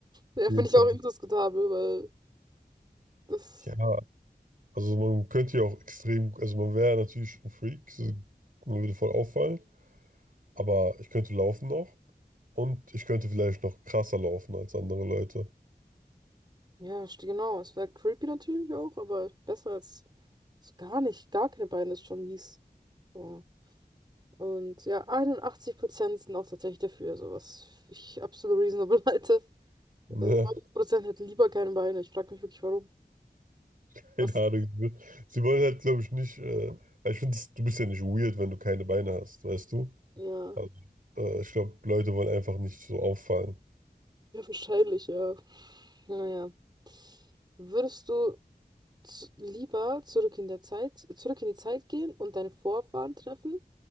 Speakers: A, on the right; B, on the right.
A: Ja,
B: Auf jeden
A: finde ich
B: Fall.
A: auch indiskutabel, weil das,
B: Ja, also man könnte ja auch extrem, also man wäre natürlich ein Freak, so, man würde voll auffallen, aber ich könnte laufen noch und ich könnte vielleicht noch krasser laufen als andere Leute.
A: ja, st- genau, es wäre creepy natürlich auch, aber besser als so gar nicht, gar keine Beine ist schon mies. So. Und ja, 81% sind auch tatsächlich dafür, also was ich absolut reasonable <laughs> halte. Äh,
B: Ja,
A: 90% hätten lieber keine Beine. Ich frage mich wirklich, warum.
B: <laughs>
A: Was?
B: keine Ahnung. Sie wollen halt, glaube ich, nicht, äh, weil ich finde, du bist ja nicht weird, wenn du keine Beine hast, weißt du?
A: Ja,
B: Also, äh, ich glaube, Leute wollen einfach nicht so auffallen.
A: ja, wahrscheinlich, ja. Naja. Würdest du z- lieber zurück in der Zeit, zurück in die Zeit gehen und deine Vorfahren treffen